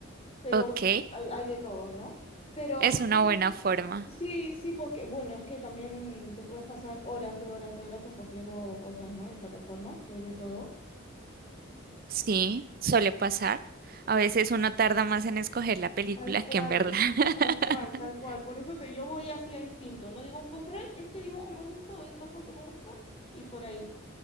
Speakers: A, on the left; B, on the right.
A: pero
B: ok.
A: bueno, hay, hay de todo, ¿no? Pero
B: Es
A: soy-
B: una buena forma.
A: sí, sí, porque, bueno, es que también te puedes pasar horas de horas de horas escogiendo cosas, ¿no? En plataformas, que hay de todo.
B: Sí, suele pasar. A veces uno tarda más en escoger la película
A: Tal cual,
B: que en verla. <laughs>
A: tal cual, tal cual. Por eso te, yo voy así a instinto, no digo un póster, "Ay, este dibujo me gusta o esta foto me gusta, y por ahí.